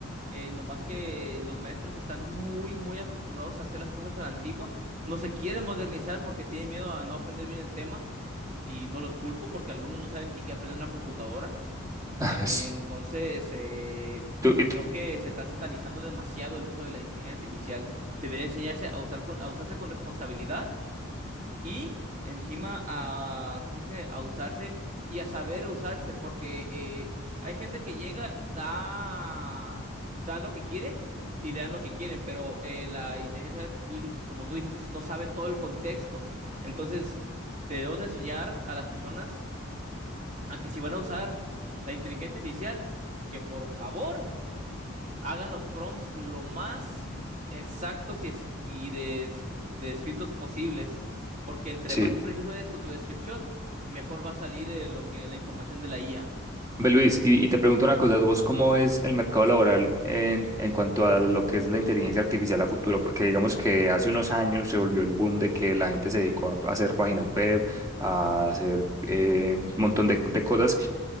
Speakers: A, on the right; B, on the right.
A: Eh, nomás que los maestros están muy, muy acostumbrados a hacer las cosas a la antigua, no se quieren modernizar porque tienen miedo a no aprender bien el tema y no los culpo porque algunos no saben ni siquiera aprender una computadora.
B: <laughs>
A: Eh,
B: Sí.
A: entonces, eh,
B: Tú- y tú-
A: creo que se está satanizando demasiado el uso de la inteligencia artificial. Debería enseñarse a usar con, a usarse con responsabilidad y encima a, ¿cómo se dice? a usarse y a saber usarse, porque eh, hay gente que llega, da, da lo que quiere y dan lo que quieren, pero eh, la inteligencia artificial, como tú, di- como tú dijiste, no sabe todo el contexto. Entonces, debemos enseñar a las personas a que si van a usar la inteligencia artificial, que por favor hagan los prompts lo más exactos y, es- y des- descritos posibles, porque entre
B: sí.
A: más preciso eres con tu descripción, mejor va a salir eh, lo que la información de la IA.
B: Ve, Luis, y, y te pregunto una cosa, ¿vos cómo ves el mercado laboral en, en cuanto a lo que es la inteligencia artificial a futuro? Porque digamos que hace unos años se volvió el boom de que la gente se dedicó a, hacer páginas web, a hacer eh, un montón de, de cosas